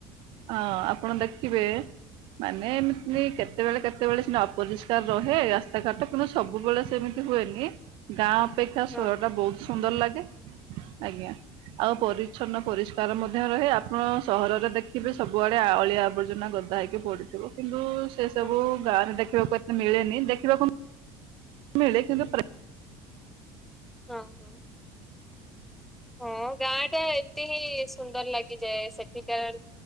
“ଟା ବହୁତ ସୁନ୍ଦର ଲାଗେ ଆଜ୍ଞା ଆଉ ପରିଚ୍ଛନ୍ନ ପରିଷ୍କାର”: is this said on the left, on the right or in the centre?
Right